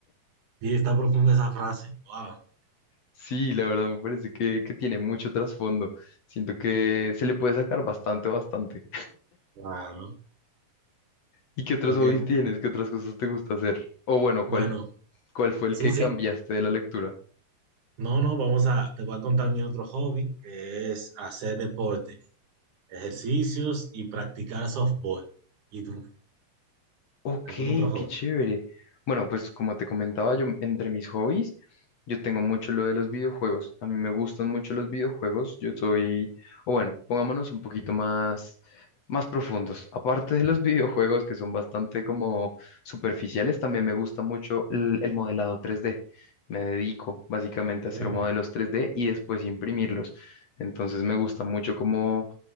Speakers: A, on the right (about 60°); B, on the left (about 55°).
A: Sí, está profunda esa frase. Wow.
B: Sí, la verdad me parece que, que tiene mucho trasfondo. Siento que se le puede sacar bastante, bastante.
A: Claro.
B: ¿Y qué otros
A: Porque,
B: hobbies tienes? ¿Qué otras cosas te gusta hacer? O bueno,
A: bueno,
B: ¿cuál, cuál fue el
A: sí,
B: que
A: sí.
B: cambiaste de la lectura?
A: No, no, vamos a, te voy a contar mi otro hobby, que es hacer deporte, ejercicios y practicar softball. ¿Y tú?
B: Ok,
A: ¿Algún otro hobby?
B: qué chévere. Bueno, pues como te comentaba, yo entre mis hobbies, yo tengo mucho lo de los videojuegos. A mí me gustan mucho los videojuegos. Yo soy, o bueno, pongámonos un poquito más, más profundos. Aparte de los <laughs> videojuegos que son bastante como superficiales, también me gusta mucho el, el modelado tres d Me dedico básicamente
A: Oh,
B: a hacer modelos tres d y después imprimirlos. Entonces me gusta mucho como